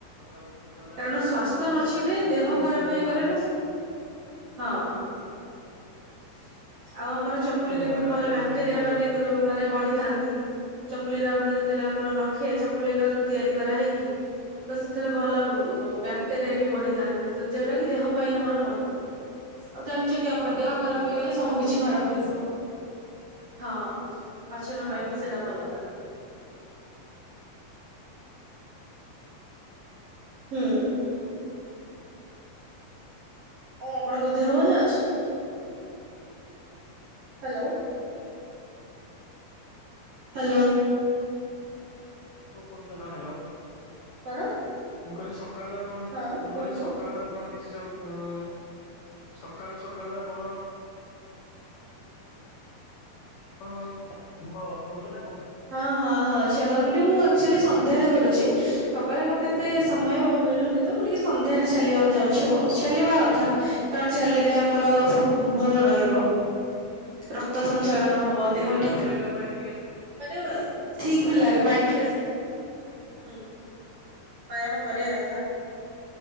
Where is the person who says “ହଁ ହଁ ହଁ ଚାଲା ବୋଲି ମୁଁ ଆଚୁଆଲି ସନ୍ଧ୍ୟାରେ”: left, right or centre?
Right